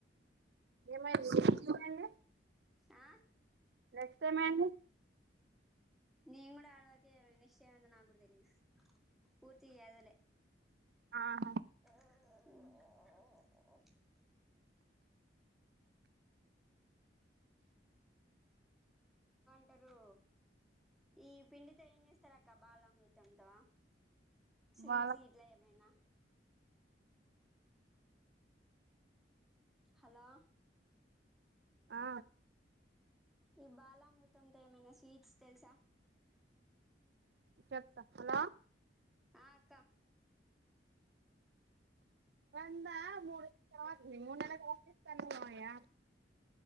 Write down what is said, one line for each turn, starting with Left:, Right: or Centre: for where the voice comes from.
Right: ఏమైంది ఏమైంది?
Centre: ఆ
Right: నెక్స్ట్ ఏమైంది
Centre: నేను కూడా ఆడ వరకే చదివిన నెక్స్ట్ ఎమైందో నాగుడా తెలీదు పూర్తిగ చదవాలె
Right: ఆహా
Centre: ఆ అంటారు ఈ పిండితో ఏం చేస్తరక్క బాలామృతంతో స్వీట్స్
Right: వాళ్ళ
Centre: ఇట్ల ఏమైనా హలో
Right: ఆ
Centre: ఈ బాలామృతంతో ఏమైనా స్వీట్స్ తెల్సా
Right: చెప్తా హలో
Centre: ఆ అక్క
Right: ందా మూడు మూడు నెలకు పంపిస్తాను మాయ